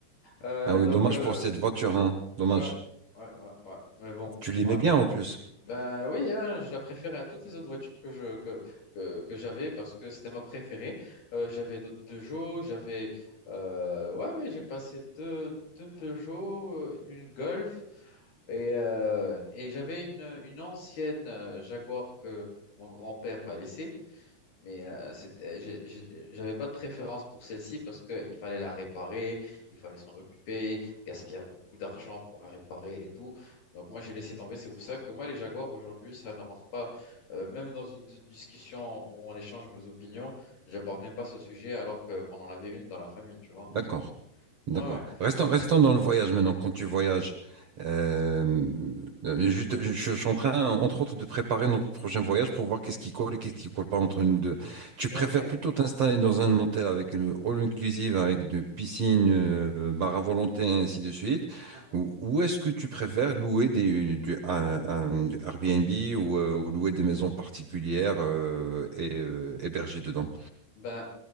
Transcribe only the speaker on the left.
Euh,
donc,
euh,
Ouais, ouais, ouais, ouais. Mais bon.
Ouais.
Ben oui, hein, je la préférais à toutes les autres voitures que je que, que, que j'avais parce que c'était ma préférée. Euh, j'avais d'autres Peugeot, j'avais euh, ouais, ouais, j'ai passé deux, deux Peugeot, euh, une Golf et, euh, et j'avais une, une ancienne euh, Jaguar que mon grand-père m'a laissée. Mais euh, c'est- euh, j'ai- j'ai- j'avais pas de préférence pour celle-ci parce qu'il fallait la réparer, il fallait s'en occuper, gaspiller beaucoup d'argent pour la réparer et tout. Donc moi, j'ai laissé tomber. C'est pour ça que moi, les Jaguars, aujourd'hui, ça ne rentre pas. Euh, même dans une dis- discussion où on échange nos opinions, j'aborde même pas ce sujet alors que qu'on en avait une dans la famille, tu vois.
Ouais, ouais.
Ok.
Mhm.
Bah,